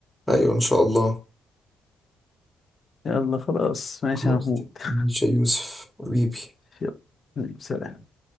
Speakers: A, in the centre; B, on the left.
A: ايوه ان شاء الله
B: <laughs> يلا خلاص ماشي
A: خلاص
B: يا محمود <laughs>
A: ماشي يا يوسف حبيبي
B: يلا حبيبي، سلام